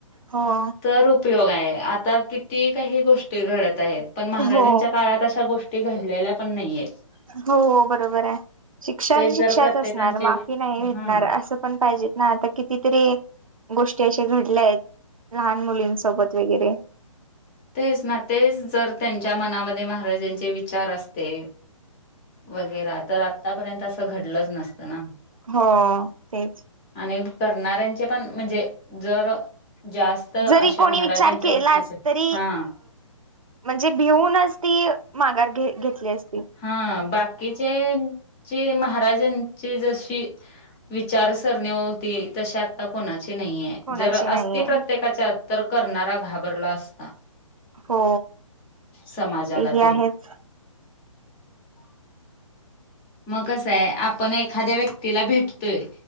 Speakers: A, on the right; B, on the left.
A: हा
B: तर उपयोग आहे आता किती काही गोष्टी घडत आहेत पण महाराजांच्या
A: हो
B: काळात तशा गोष्टी घडलेल्या पण नाहीयेत
A: हो बरोबर आहे शिक्षा
B: ते
A: ही शिक्षाच
B: जर प्रत्येकांचे
A: असणार माफी नाही भेटणार
B: हा
A: असं पण पाहिजेत ना आता कितीतरी गोष्टी अशे घडल्या आहेत लहान मुलींसोबत वगैरे
B: तेच ना तेच जर त्यांच्या मनामध्ये महाराजांचे विचार असते वगैरा तर आतापर्यंत असं घडलंच नसतं ना
A: हो तेच
B: आणि करणाऱ्यांचे पण म्हणजे जर जास्त अशा
A: जरी कोणी
B: महाराजांच्या
A: विचार केला
B: वृत्तीचे
A: त
B: हा
A: म्हणजे भिऊनच ती माघार घ घेतली अस
B: हा बाकीचे जे महाराजांची जशी विचारसरणी होती तशी आता कोणाची नाहीये
A: कोणाची
B: जर अस
A: नाहीये
B: प्रत्ये तरर करणारा घाबरला असता
A: हो
B: समाजाला
A: तेही
B: तरी
A: आहेत
B: मग कसं आहे आपण एखाद्या व्यक्तीला भेटतोय